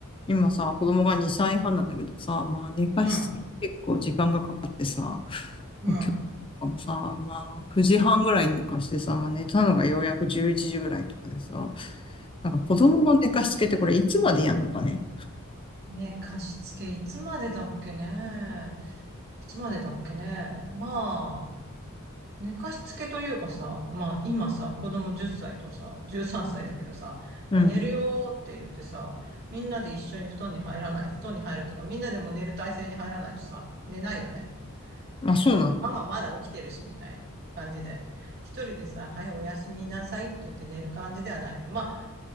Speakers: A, on the left; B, on the right.
A: 今さ、子供が2歳半なんだけどさ、まあ寝かしつけ結構時間がかかってさ、
B: うん、うん。
A: 今日とかもさ、
B: あ
A: まあ9時半ぐらいに寝かしてさ、まあ寝たのがようやく11時ぐらいとかでさ、なんか子供の寝かしつけってこれいつまでやんのかね。
B: ね、貸し付けいつまでだっけね。いつまでだっけね。まあ、寝かしつけというかさ、まあ今さ、子供10歳とさ、13歳だけどさ、
A: うん。
B: はい寝るよーって言ってさ、みんなで一緒に布団に入らない、布団に入るというか、みんなでも寝る体勢に入らないとさ、寝ないよね。
A: あ、
B: <laughs>
A: そうなの。
B: ママまだ起きてるし、みたいな感じで。一人でさ、はい、おやすみなさいって言って寝る感じではないよね。まあ、